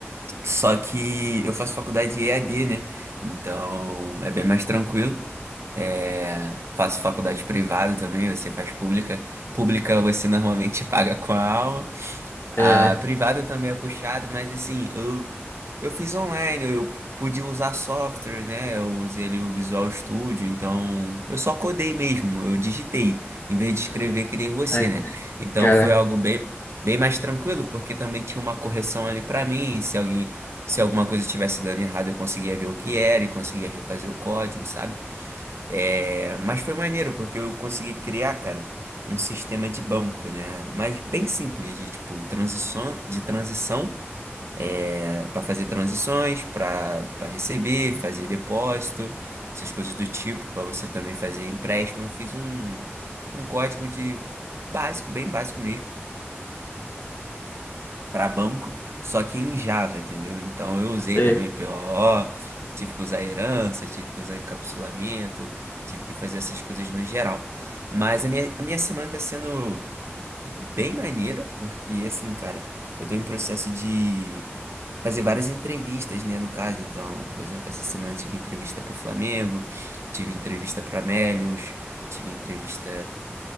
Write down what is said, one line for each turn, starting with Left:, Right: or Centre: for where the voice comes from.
Right: Só que eu faço faculdade de EAD, né? Então é bem mais tranquilo. É, faço faculdade privada também, você faz pública. Pública você normalmente <laughs> paga com a alma. A
Left: É,
Right: privada também é puxada, mas assim, eu, eu fiz online, eu pude usar software, né? Eu usei ali o Visual Studio, então eu só codei mesmo, eu digitei, em vez de escrever que nem você,
Left: ai,
Right: né? Então
Left: cara,
Right: foi algo bem, bem mais tranquilo, porque também tinha uma correção ali pra mim, se alguém, se alguma coisa estivesse dando errado, eu conseguia ver o que era e conseguia refazer o código, sabe? É, mas foi maneiro, porque eu consegui criar, cara, um sistema de banco, né? Mas bem simples, de tipo, transição, de transição, é, para fazer transições, para para receber, fazer depósito, essas coisas do tipo, para você também fazer empréstimo. Eu fiz um, um código de básico, bem básico mesmo, para banco, só que em Java, entendeu? Então eu usei
Left: sei,
Right: também POO, tive que usar herança, tive que usar encapsulamento, tive que fazer essas coisas no geral. Mas a minha, a minha semana tá sendo bem maneira, porque assim, cara, eu tô em processo de fazer várias entrevistas, né, no caso. Então, por exemplo, essa semana eu tive entrevista pro Flamengo, tive entrevista para Amélios, tive entrevista